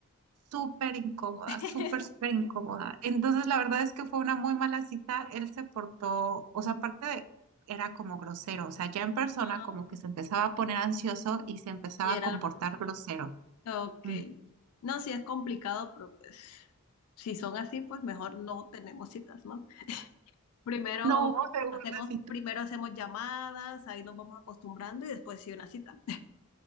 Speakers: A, on the right; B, on the left.
A: súper incómoda,
B: <laughs>
A: súper, súper incómoda. Entonces, la verdad es que fue una muy mala cita, él se portó, o sea, aparte de, era como grosero, o sea, ya en persona
B: Ah,
A: como que se empezaba a poner ansioso y se empezaba
B: y era
A: a comportar
B: grosero.
A: grosero.
B: Ok.
A: Mm.
B: No, sí es complicado, pero pues si son así, pues mejor no tenemos citas, ¿no? Primero
A: No hubo segunda
B: hacemos,
A: cita.
B: primero hacemos llamadas, ahí nos vamos acostumbrando y después sí una cita.